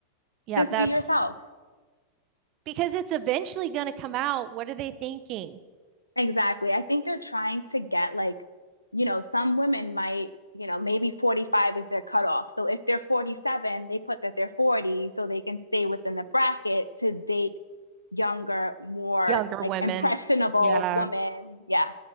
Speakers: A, on the right; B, on the left.
A: Yeah,
B: Just
A: that's
B: be yourself.
A: because it's eventually going to come out. What are they thinking?
B: Exactly. I think they're trying to get like, you know, some women might, you know, maybe 45 is their cutoff. So if they're 47, they put that they're 40 so they can stay within the bracket to date younger, more
A: Younger
B: like
A: women.
B: impressionable
A: Yeah.
B: women. Yeah.